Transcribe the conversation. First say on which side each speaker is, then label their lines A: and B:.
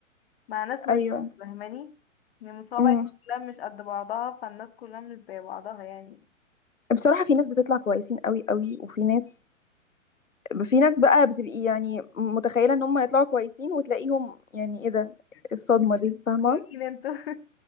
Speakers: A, on the left; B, on the left.
A: مع ناس وناس
B: ايوه
A: فاهماني ان المصابة
B: امم
A: كلها مش قد بعضها فالناس كلها مش زي بعضها يعني
B: بصراحه في ناس بتطلع كويسين قوي قوي وفي ناس في ناس بقى بتبقي يعني متخيله ان هم يطلعوا كويسين وتلاقيهم يعني ايه ده
A: <laughs>
B: الصدمه
A: انتوا
B: دي فاهمه
A: مين انتوا